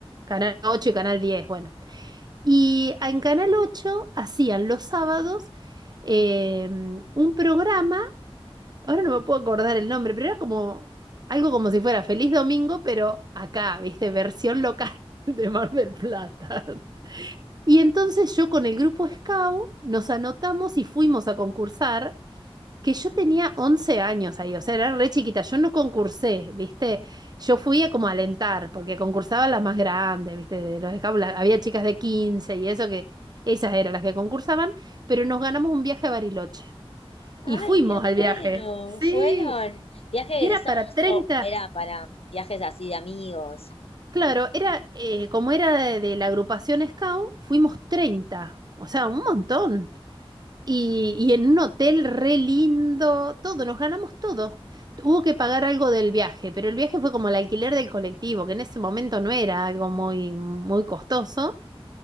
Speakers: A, on the right (about 40°); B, on the left (about 75°).
A: Canal ocho y Canal diez, bueno. Y en Canal ocho hacían los sábados eh, un programa, ahora no me puedo acordar el nombre, pero era como algo como si fuera Feliz Domingo, pero acá, viste, versión local <laughs> de Mar del Plata. Y entonces yo con el grupo Scout nos anotamos y fuimos a concursar, que yo tenía 11 años ahí, o sea, era re chiquita, yo no concursé, ¿viste? Yo fui a como a alentar, porque concursaban las más grandes, ¿viste? De los Scout, la- había chicas de 15 y eso que, esas eran las que concursaban, pero nos ganamos un viaje a Bariloche.
B: Ay,
A: Y fuimos
B: qué
A: al viaje,
B: bueno.
A: sí,
B: ¿Fueron viajes
A: y
B: egresados
A: era para treinta
B: o o era para viajes así de amigos?
A: Claro, era, eh, como era de, de la agrupación Scout, fuimos treinta o sea, un montón. Y, y en un hotel re lindo, todo, nos ganamos todo. Hubo que pagar algo del viaje, pero el viaje fue como el alquiler del colectivo, que en ese momento no era algo muy, muy costoso.